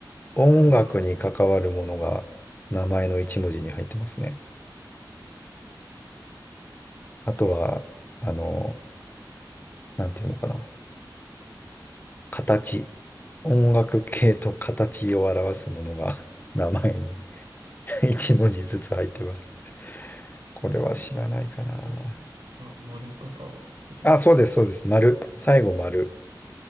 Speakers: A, on the left (about 25°); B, on the right (about 80°).
A: 音楽に関わるものが名前の一文字に入ってますね。
B: 傘。
A: あとは、
B: なる
A: あの、なんていうのかな。形。音楽系と形を表すものが <laughs> 名前に <laughs> 一文字ずつ入ってます。これは知らないかな。
B: ほど。ま、丸とか、音とかですか
A: あ、そうです、そうです。丸。最後丸。